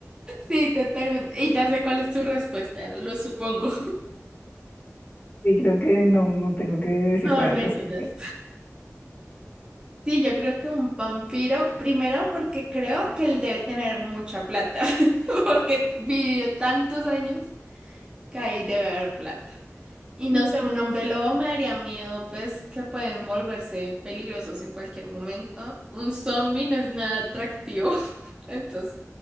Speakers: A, on the right (about 20°); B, on the left (about 35°).
A: Sí, totalmente. Y ya sé cuál es tu respuesta, lo supongo.
B: Sí, creo que no, no tengo que decir
A: No,
B: nada
A: no
B: al
A: hay
B: respecto.
A: dudas. Sí, yo creo que un vampiro, primero porque creo que él debe tener mucha plata, <laughs> porque vivió tantos años que ahí debe haber plata. Y no
B: <laughs>
A: sé, un hombre lobo me daría miedo, pues que pueden volverse peligrosos en cualquier momento. Un zombie no es nada atractivo, <laughs> entonces